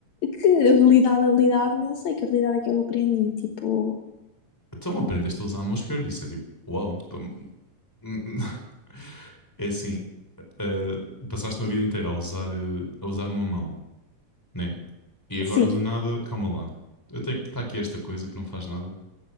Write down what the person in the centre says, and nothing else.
Então aprendeste a usar a mão esquerda, isso é tipo, uau, pá, hum, hum. <laughs> é assim, ah, passaste uma vida inteira a usar, ah, a usar uma mão, né? E agora
do nada, calma lá, eu tenho, está aqui esta coisa que não faz nada.